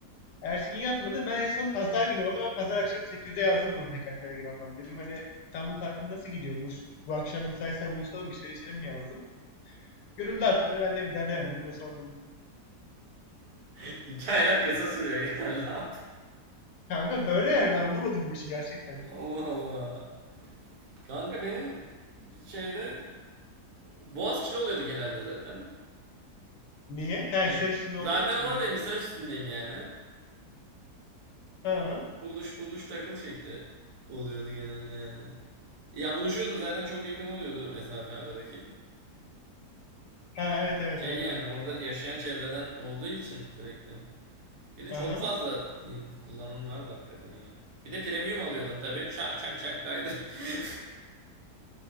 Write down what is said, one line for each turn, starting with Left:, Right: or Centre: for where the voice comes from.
Left: Ertesi gün yazmadı. Ben en son pazar günü oldu. Ben pazar akşamı sekizde yazdım bunu tekrar Telegram'dan. Dedim hani İstanbul tatili nasıl gidiyor? Bu, bu akşam müsaitsen buluşalım bir şeyler içelim mi yazdım. Görüldü attı. Ben de bir tane aradım ve sordum.
Right: <laughs> Hikayeler kısa sürüyor genelde. <laughs>
Left: Kanka böyle yani ben anlamadım bu işi gerçekten.
Right: Allah Allah. Kanka benim şeyde Boğaziçi'li oluyordu genelde zaten.
Left: Niye? Ha
Right: Evet.
Left: hisse üstünde
Right: Zaten
Left: olduğu için
Right: oradayım,
Left: mi?
Right: Hisar üstündeyim yani.
Left: Ha,
Right: Buluş buluş takıl şekli oluyordu genelde yani. Ya buluşuyordun zaten çok yakın oluyordu mesafe aradaki.
Left: ha evet evet
Right: Şey
Left: evet
Right: yani
Left: evet.
Right: orada yaşayan çevreden olduğu için sürekli. Bir de
Left: Aha.
Right: çok fazla in- kullanan vardı hakikaten ya. Bir de premium alıyordun tabii. Şak şak şak kaydır. <laughs>